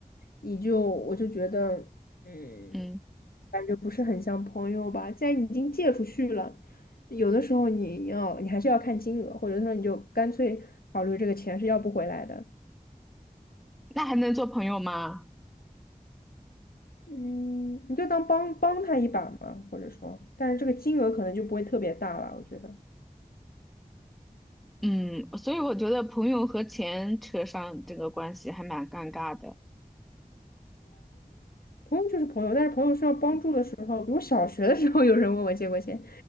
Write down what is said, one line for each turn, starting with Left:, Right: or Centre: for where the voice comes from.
Left: 你就我就觉得，嗯，
Centre: 嗯，
Left: 感觉不是很像朋友吧。既然你已经借出去了，有的时候你要你还是要看金额，或者说你就干脆考虑这个钱是要不回来的。
Centre: 那还能做朋友吗？
Left: 嗯，你就当帮帮他一把嘛，或者说，但是这个金额可能就不会特别大吧，我觉得。
Centre: 嗯，所以我觉得朋友和钱扯上这个关系还蛮尴尬的。
Left: 朋友就是朋友，但是朋友需要帮助的时候，比如小学的时候有人问我借过钱，